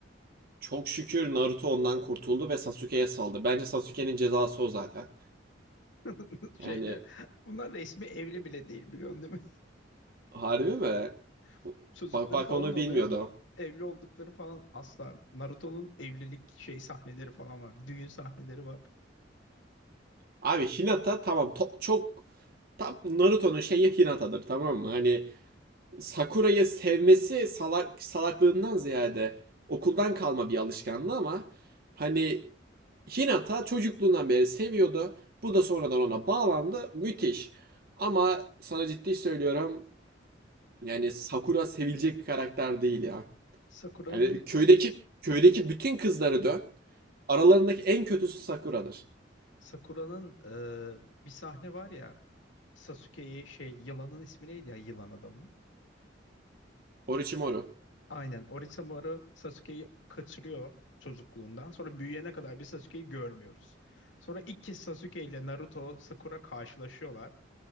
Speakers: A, on the right (about 55°); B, on the left (about 80°).
A: çok şükür Naruto ondan kurtuldu ve Sasuke'ye saldı. Bence Sasuke'nin cezası o zaten.
B: <laughs> Şeyle.
A: Yani
B: Bunlar resmi evli bile değil biliyorsun değil mi?
A: harbi mi?
B: <laughs> Çocukları
A: Bak bak
B: falan
A: onu
B: oluyor
A: bilmiyordum.
B: ama evli oldukları falan asla. Naruto'nun evlilik şey sahneleri falan var. Düğün sahneleri var.
A: Abi Hinata tamam top çok tam Naruto'nun şeyi Hinata'dır tamam mı? Hani Sakura'yı sevmesi salak salaklığından ziyade okuldan kalma bir alışkanlığı ama hani Hinata çocukluğundan beri seviyordu. Bu da sonradan ona bağlandı. Müthiş. Ama sana ciddi söylüyorum yani Sakura sevilecek bir karakter değil ya.
B: Sakura'nın
A: Yani köydeki köydeki bütün kızları dön. Aralarındaki en kötüsü Sakura'dır.
B: Sakura'nın eee, bir sahne var ya Sasuke'ye şey yılanın ismi neydi ya yılan adamın?
A: Orochimaru.
B: Aynen Orochimaru Sasuke'yi kaçırıyor çocukluğundan. Sonra büyüyene kadar bir Sasuke'yi görmüyoruz. Sonra ilk kez Sasuke ile Naruto Sakura karşılaşıyorlar.